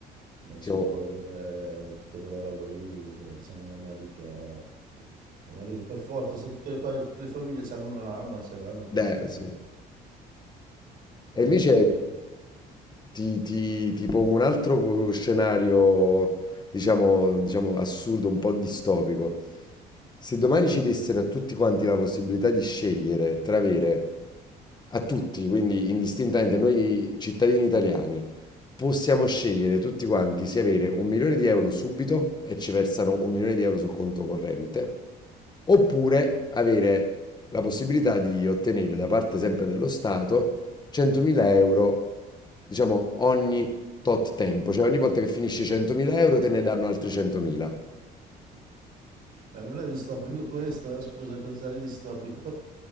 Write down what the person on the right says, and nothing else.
non
si può avere tutta quella roba lì che che stanno in America. In America per forza, se tutte le, qua- tutte le famiglie hanno un'arma, se l'hanno praticamente,
quindi
si può difendere.
Ma non è distopico questo, eh, scusa, cos'è di distopico?